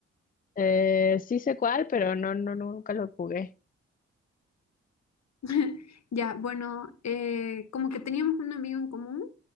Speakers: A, on the left; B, on the left.
A: Eh, sí sé cuál, pero no, no, nunca lo jugué.
B: <laughs> Ya, bueno, eh, como que teníamos un amigo en común